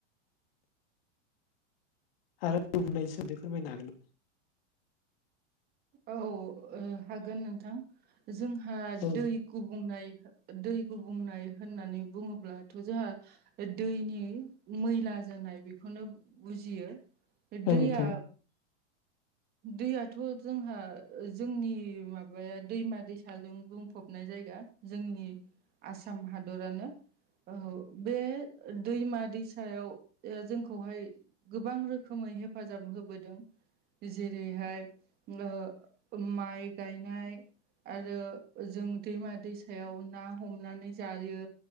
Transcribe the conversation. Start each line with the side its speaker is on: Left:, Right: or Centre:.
Left: आरो <unintelligible> फोरमायनो हागोन
Right: औ ओ हागोन नोंथां जोंहा
Left: औ
Right: दै गुबुंनाय दै गुबुंनाय होननानै बुङोब्लाथ' जाहा बे दैनि मैला जानाय बेखौनो बुजियो बे
Left: औ
Right: दैया
Left: नोंथां
Right: दैयाथ' जोंहा जोंनि माबाया दैमा दैसाजों बुंफबनाय जायगा जोंनि आसाम हादरानो। औ बे दैमा दैसायाव जोंखौहाय गोबां रोखोमै हेफाजाब होबोदों। जेरैहाय ओ माइ गायनाय। आरो जों दैमा दैसायाव ना हमनानै जायो।